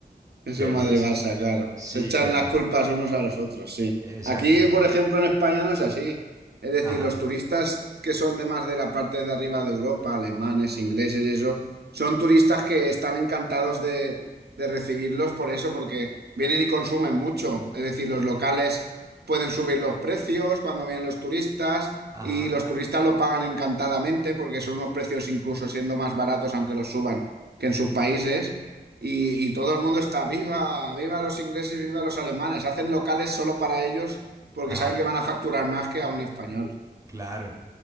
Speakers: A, on the right; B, on the right.
A: Eso
B: Que
A: es Madrid-Barça,
B: listo.
A: claro.
B: Sí,
A: Se echan
B: que
A: las
B: no.
A: culpas unos a los otros, sí.
B: Exactamente.
A: Aquí, por ejemplo, en España no es así. Es decir,
B: Ajá,
A: los turistas que son de más de la parte de arriba de Europa, alemanes, ingleses y eso, son turistas que están encantados de, de recibirlos por eso, porque vienen y consumen mucho. Es decir, los locales pueden subir los precios cuando vienen los turistas
B: ajá,
A: y los turistas lo pagan encantadamente porque son unos precios incluso siendo más baratos aunque los suban que en sus países. Y, y todo el mundo está, viva, viva los ingleses, viva los alemanes. Hacen locales solo para ellos porque
B: ajá.
A: saben que van a facturar más que a un español.
B: Claro.